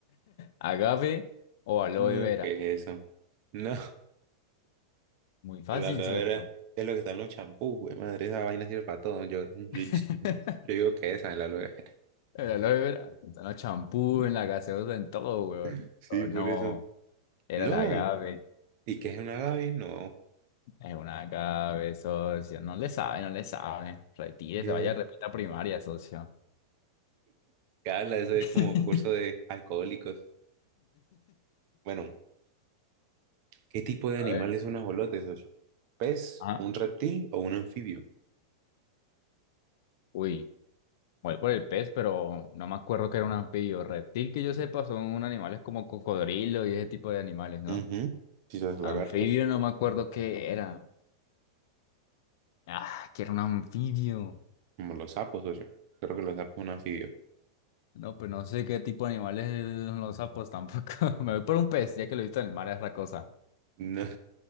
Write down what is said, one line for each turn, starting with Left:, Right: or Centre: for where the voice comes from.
Left: agave o aloe
Right: no,
Left: vera.
Right: ¿qué es eso? No.
Left: Muy fácil,
Right: El aloe
Left: socio.
Right: vera es lo que está en los champús, güey. Madre, esa vaina sirve para todo. Yo, yo, yo
Left: <laughs>
Right: digo que esa es la aloe vera.
Left: El aloe vera, está en los champú, en la gaseosa, en todo, weón.
Right: <laughs> Sí,
Left: Pero
Right: por
Left: no,
Right: eso.
Left: era
Right: No.
Left: el agave.
Right: ¿Y qué es una agave? No.
Left: Es un agave, socio. No le sabe, no le sabe. Retire,
Right: No.
Left: se vaya a repita primaria, socio.
Right: ¿Qué habla? Eso es
Left: <laughs>
Right: como curso de alcohólicos. Bueno, ¿qué tipo de
Left: A
Right: animal
Left: ver.
Right: es un ajolote, socio? ¿Pez,
Left: Ajá.
Right: un reptil o un anfibio?
Left: Uy, voy por el pez, pero no me acuerdo que era un anfibio. Reptil que yo sepa son animales como cocodrilo y ese tipo de animales, ¿no?
Right: Ujú. Quizás lagartos,
Left: Anfibio no me acuerdo qué era. Ah, quiero un anfibio.
Right: como los sapos, socio. Creo que los sapos son anfibios.
Left: No, pues no sé qué tipo de animales son los sapos tampoco. <laughs> Me voy por un pez, ya que lo he visto en el mar, es la cosa.
Right: No.